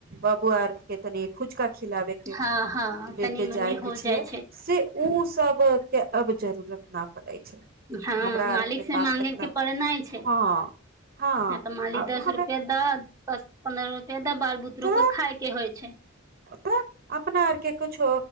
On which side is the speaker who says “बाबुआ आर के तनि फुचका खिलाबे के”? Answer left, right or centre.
Right